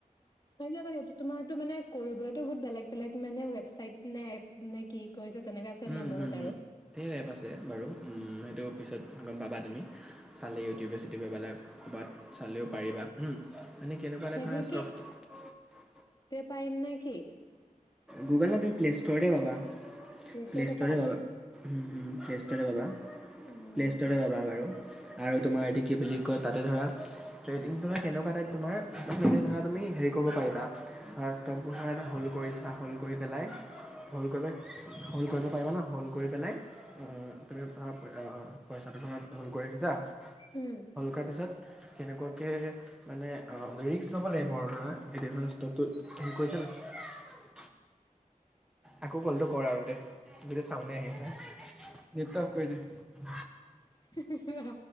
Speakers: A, on the left (about 30°); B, in the centre.
A: সেইটোৱে মানে সেটো তোমাৰটো মানে কৰিবলৈতো বহুত বেলেগ-বেলেগ মানে ৱেবচাইট নাপ নে কি। কয় যে তেনেকুৱা আছে
B: উম,
A: না বহুত
B: হম-হম
A: আৰু
B: ধেৰ এপ আছে বাৰু। উম। ত পিছত গম পাবা তুমি চালে ইউটিউবে চিউটিউবে পালে বাত চালেও
A: অ',
B: পাৰিবা হম মানে কেনেকুৱা এটা
A: সেইবোৰ
B: ধৰা ষ্টক।
A: টাইম নে কি?
B: গুগলত নহয় তুমি প্লেষ্ট'ৰতে পাবা।
A: প্লে
B: প্লেষ্টৰতে
A: ষ্টৰতে পাম
B: পাবা হম হম প্লেষ্টৰতে পাবা
A: অ',
B: প্লেষ্টৰতে পাবা বাৰু। আৰু তোমাৰ এটো কি বুলি কয় তাতে ধৰা ট্ৰেডিংটো ধৰা কেনেকুৱা টাইপ তোমাৰ ধৰা তুমি হেৰি কৰিব পাৰিবা অম ধৰা ষ্টকবোৰ ধৰা হ'ল্ড কৰিছে। হ'ল্ড কৰি পেলাই হ'ল্ড কৰিব হ'ল্ড কৰিব পাৰিবা ন হ'ল্ড কৰি পেলাই তুমি অমম পইচাটো ধৰাক হ'ল্ড কৰি ৰাখিছা আহিছা।
A: উম,
B: হ'ল কৰা পিছত। কেনেকুৱাকে মানে আ ৰিক্স ল'ব লাগিব আৰু ধৰা এতি ধৰ ষ্ট্ৰ'ক টোত। কৈছে নাই। আকৌ কলতো কৰ আৰু দে। বোলে চাউনে আহিছে। তিপটো অফ কৰি দে।
A: হিহিহা